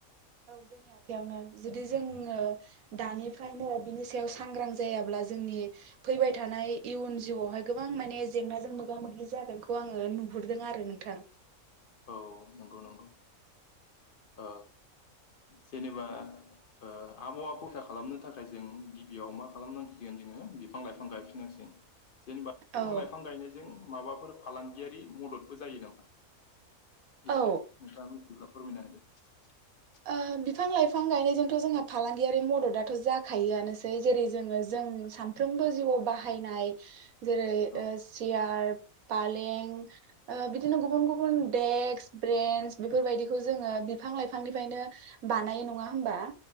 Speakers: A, on the right; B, on the left.
A: औ जोंनि आखयावनो जुदि जोङो दानिफ्रायनो बिनि सायाव सांग्रां जायाब्ला जोंनि फैबाय थानाय इयुन जिउआवहाय गोबां माने जेंनाजों मोगा मोगि जागोनखौ आङो नुहुरदों आरो नोंथां।
B: औ नंगौ नंगौ ओ जेनेबा ओ आबहावा खरसा खालामनो थाखाय जों गिबियाव मा खालामनांसिगोन जोङो बिफां लाइफां गायफिनांसि जेनेबा बिफां
A: औ
B: लाइफां गायनायजों माबाफोर फालांगियारि मददबो जायो नामा? एसे
A: औ
B: नोंथां मिथि फोरमायना होदो। <inaudible>
A: अ बिफां लाइफां गायनायजोंथ' जोंहा फालांगियारि मददाथ' जाखायोआनोसै जेरै जोङो जों सानफ्रोमबो जिउआव बाहायनाय जेरै
B: होदो
A: सियार। पालें ओ बिदिनो गुबुन गुबुन देक्स ब्रेन्स बेफोर बायदिखौ जोङो बिफां लाइफांनि फ्रायायनो बानायो नङा होमबा?